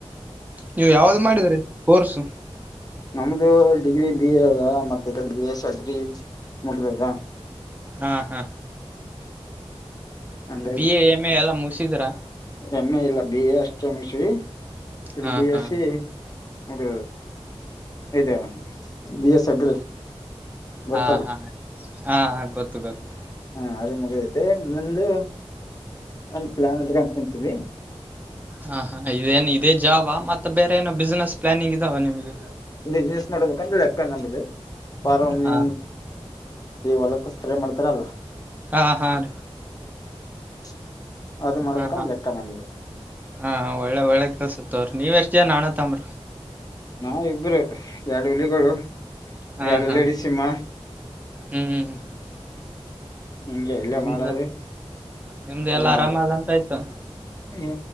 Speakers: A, on the right; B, on the left.
A: ನೀವು ಯಾವ್ದ್ ಮಾಡಿದ್ರೀ ಕೋರ್ಸು
B: ನಮ್ದು ಡಿಗ್ರಿ ಬಿ ಎ ಅದ ಮತ್ತ ಬಿ ಎಸ್ ಅದ್ರಿ ಮುಗ್ದದ
A: ಹ ಹಾ
B: ಹಂಗಾಗಿ
A: ಬಿ ಎ ಎಮ್ ಎ ಎಲ್ಲ ಮುಗಿಸಿದ್ರ
B: ಎಮ್ ಎ ಇಲ್ಲ ಬಿ ಎ ಎಸ್ಟೆ ಮುಗ್ಸಿವಿ ಇಡ್ಬ
A: ಹಾ ಹಾ
B: ಎ ಸಿ ಹದ ಇದದೆ ಬಿ ಎಸ್ ಅಗ್ರಿ
A: ಹಾ
B: ಗೊತ್ತಲ್ಲ
A: ಹಾ ಹಾ ಗೊತ್ತು ಗೊತ್ತು
B: ಹ ಅದು ಮಗೈತೆ ಮುಂದು ಒಂದ ಪ್ಲಾನ್ ಹಕೊಂಡ ಕುಂತೀವಿ
A: ಹಾ ಹಾ ಇದೇನ್ ಇದೇ ಜಾಬಾ ಮತ್ತೆ ಬೇರೆ ಏನೋ ಬಿಸ್ನೆಸ್ ಪ್ಲಾನಿಂಗ್ ಇದಾವ ನಿಮ್ಗೆ
B: ಬಿಸ್ನೆಸ್ ಮಾಡಬೇಕಂದ್ರೆ ಲೆಕ್ಕ ನಂಬದು ಪರವಾಗಿ
A: ಹಾ
B: ಈ ಒಲಕ ಕರೆ ಮಾಡ್ತಾರಲ್ಲ
A: ಆಹಾರ
B: <inaudible> ಮಾಡ್ಬೇಕಂದ್
A: ಹಾ ಹ
B: ಲೆಕ್ಕ ನಮ್ದು
A: ಹಾ ಒಳ್ಳೆ ಒಳ್ಳೆ ಕೆಲ್ಸ ತ್ರ ನೀವ್ ಎಷ್ಟ ಜನ ನಾಣತ್ತಂಬ್ರರು
B: ನಾವ್ ಇಬ್ರು ಎರಡು ಇಲಿಗಳು
A: ಹಾ
B: ಎರಡು
A: ಹಾ
B: ಲೇಡಿ ಸಿಮ್ಮ
A: ಹ್ಮ್
B: ನಿಂಗೆ ಇಲ್ಲ
A: ನಿಮ್ದು
B: ಮಾಡರಿ
A: ನಿಮ್ದು ಎಲ್ಲಾ
B: ಇದು
A: ಆರಾಮ
B: ಮಾಡದು
A: ಅದಂತ ಆಯ್ತು
B: ಏ